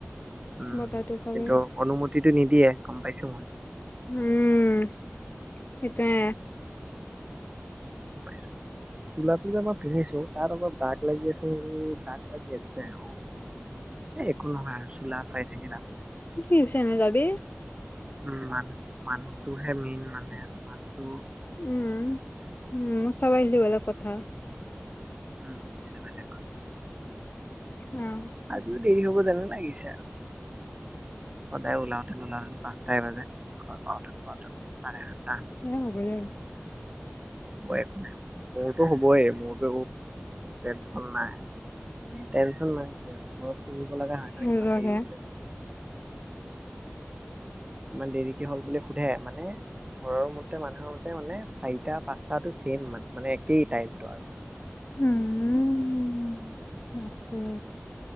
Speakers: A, on the right; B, on the left.
A: উম
B: বতাহটো পাবি
A: কিন্তু অনুমতিত। কিন্তু নিদিয়ে গম পাইছো মই।
B: উম, সেইটোৱে।
A: ছো চোলাটো যে মই পিন্ধিছো তাত অলপ দাগ লাগি আছে নেকি? দাগ লাগি আছে। অ একো নহয় আৰু চোলা চাই থাকি লাভ নাই।
B: টিউচন হে যাবি?
A: উম মানুহ মানুহ। টো হে মেইন মানে মানেটো
B: উম-উম-উ চব আইলি বেলেগ কথ থা।
A: উম এইটো খাই ছেক কৰ।
B: অ',
A: আজিও দেৰি হব জাননে? লাগিছে আৰু। সদায় ওলাওতে ওলাওতে পাঁচটাই বাজে, ঘৰ পাওঁতে পাওঁতে চাৰে সাত।
B: এ হ'ব যা।
A: হব একো নাই। মোৰতো হ'বই মোৰতো একো টেনচন নাই। টেনচন নাইকিয়া ঘৰত পুহিব লগা হাঁহ
B: সিহঁতৰহে
A: ন ইমান দেৰি কিয়? ইমান দেৰিকে হ'ল বুলি সোধে। মানে ঘৰৰ মতে মানুহৰ মতে মানে চাৰিটা পাঁচটা টো মানে ছেম মানে একেই টাইমটো আৰু।
B: উ-উ-উ-উ। বাপৰে